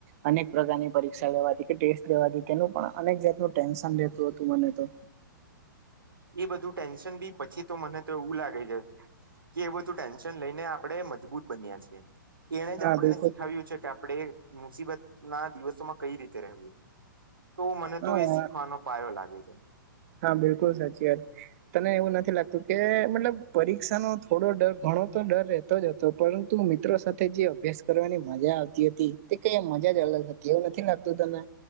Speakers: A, on the right (about 45°); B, on the right (about 80°).
A: અનેક પ્રકારની પરીક્ષા લેવાતી કે ટેસ્ટ લેવાતી તેનું પણ અનેક જાતનું ટેન્શન રહેતું હતુ મને. તો
B: એ બધું ટેન્શન બી પછી, તો મને તો એવું લાગે છે કે એ બધું ટેન્શન લઈને આપણે મજબૂત બનયા છીએ, એણે
A: હા
B: જ આપણને
A: બિલકુલ
B: શીખાવ્યું છે કે આપણે મુસીબત ના દિવસોમાં કઈ રીતે રહેવું. તો મને
A: હા
B: તો એ શીખવાનો પાયો લાગે છે.
A: હા, બિલકુલ સાચી વાત તને એવું નથી. લાગતુ કે મતલબ પરીક્ષા નો થોડો ડર ઘ ઘો, તો ડર રહેતો જ હતો પરંતુ મિત્રો સાથે જે અભ્યાસ કરવાની મજા આવતી હતી તે કય મજા જ લગ હતી એવુ નથી, લાગતું તને